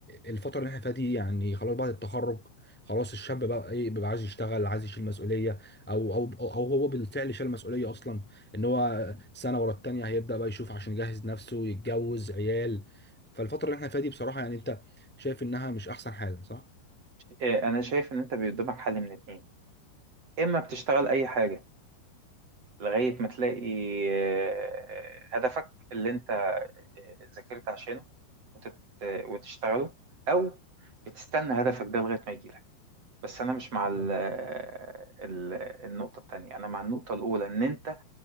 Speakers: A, in the centre; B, on the right (about 30°).
A: الفتره اللي احنا فيها دي يعني خلاص بعد التخرج خلاص الشاب بقى ايه بيبقى عايز يشتغل عايز يشيل مسؤوليه او او او أو هو بالفعل شال مسؤوليه اصلا ان هو سنه ورا التانيه هيبدا بقى يشوف عشان يجهز نفسه يتجوز عيال فالفتره اللي احنا فيها دي بصراحه يعني انت شايف انها مش احسن حاجه صح؟
B: إيه، انا شايف ان انت بي- قدامك حل من اتنين اما بتشتغل اي حاجه لغايه ما تلاقي آه، هدفك اللي انت آه، ذاكرت عشانه وتت... وتشتغله او بتستنى هدفك ده لغايه ما يجيلك بس انا مش مع ال...
A: صح
B: آه، ال... النقطه التانية انا مع النقطه الاولى ان انت